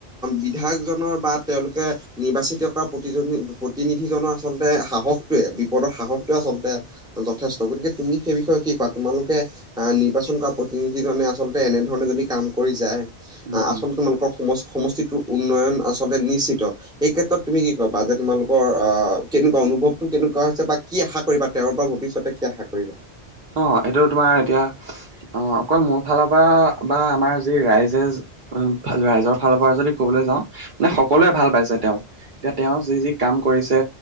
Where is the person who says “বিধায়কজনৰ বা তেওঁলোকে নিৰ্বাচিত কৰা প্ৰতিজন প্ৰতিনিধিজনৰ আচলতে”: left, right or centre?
Centre